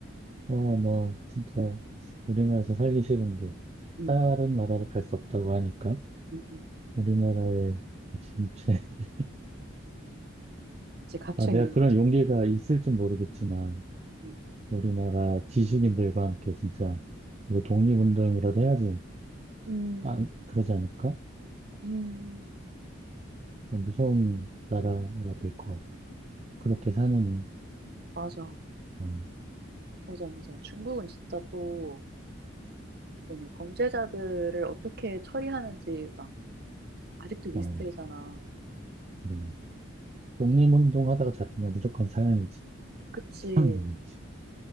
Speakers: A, on the right; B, on the right.
A: 어, 나 진짜 우리나라에서 살기 싫은데.
B: 음,
A: 다른 나라로 갈 수 없다고 하니까.
B: 음, 음.
A: 우리나라에 진짜. <laughs>
B: 그치, 갇혀
A: 아, 내가
B: 있는
A: 그런
B: 거지.
A: 용기가 있을진 모르겠지만,
B: 음,
A: 우리나라 지식인들과 함께 진짜 이거 독립운동이라도 해야지.
B: 음,
A: 안, 그러지 않을까? 어,
B: 음,
A: 무서운 나라가
B: 음.
A: 될 것 같아. 그렇게 사느니,
B: 맞아,
A: 어,
B: 맞아, 맞아. 중국은 진짜 또 뭐냐 범죄자들을 어떻게 처리하는지 막 아직도 미스터리잖아.
A: 어, 그런 독립운동 하다가 잡히면 무조건 사형이지.
B: 그치,
A: 사형동이지.